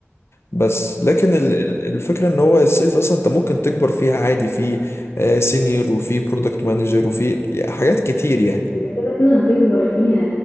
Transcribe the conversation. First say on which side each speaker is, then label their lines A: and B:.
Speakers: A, on the left; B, on the left.
A: بس لكن ال- ال- الفكرة ان هو السيلز اصلا انت ممكن تكبر فيها عادي في سينيور وفي برودكت مانجر وفي حاجات كتير يعني
B: انت كده كده هتكبر فيها